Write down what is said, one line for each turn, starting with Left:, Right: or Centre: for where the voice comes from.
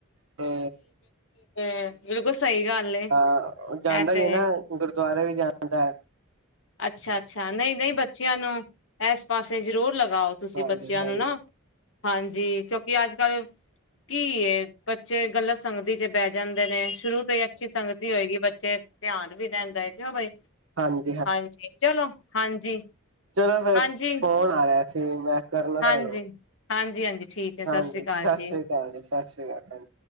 Right: ਤੇ
Left: ਤੇ ਬਿਲਕੁਲ ਸਹੀ ਗੱਲ ਏ
Right: ਹਾਂ ਜਾਂਦਾ
Left: ਇਹ
Right: ਈ
Left: ਤੇ
Right: ਏ ਨਾ ਗੁਰਦ ਦੁਆਰੇ ਵੀ ਜਾਨਦਾ।
Left: ਅੱਛਾ ਅੱਛਾ ਨਹੀਂ ਨਹੀਂ ਬੱਚਿਆਂ ਨੂੰ ਏਸ ਪਾਸੇ ਜ਼ਰੂਰ ਲਗਾਓ ਤੁਸੀਂ
Right: ਹਾਂਜੀ
Left: ਬੱਚਿਆਂ
Right: ਹਾਂਜੀ
Left: ਨੂੰ ਨਾ
Right: ਹਾਂਜੀ
Left: ਹਾਂਜੀ ਕਿਉਂਕਿ ਅੱਜ ਕੱਲ ਕੀ ਏ ਬੱਚ ਚੇ ਗਲਤ ਸੰਗਤੀ ਚ ਪੇ ਜਾਂਦੇ ਨੇ ਸ਼ੁਰੂ ਤੋਂ ਹੀ ਅੱਛੀ ਸੰਗਤੀ ਹੋਏਗੀ ਬੱਚੇ ਫਿਰ ਧਿਆਨ ਵੀ ਰਹਿੰਦਾ ਹੈ ਕਿਉ ਬਈ।
Right: ਹਾਂਜ।
Left: ਹਾਂਜੀ ਚਲੋ ਹਾਂਜੀ।
Right: ਚਲੋ ਫੇਰ
Left: ਹਾਂਜੀ
Right: ਫੋਨ ਆਇਆ। ਸੀ ਮੈਂ ਕਰਨਾ
Left: ਹਾਂਜੀ
Right: ਹੈਲੋ
Left: ਹਾਂਜੀ ਹਾਂਜੀ ਠੀਕ ਹੈ
Right: ਹਾਂਜੀ
Left: ਸ੍ਰੀ ਅਕਾਲ
Right: ਸਤਿ
Left: ਜੀ
Right: ਸ੍ਰੀ ਅਕਾਲ ਜੀ ਸਤਿ ਸ੍ਰੀ ਆਕਾਲ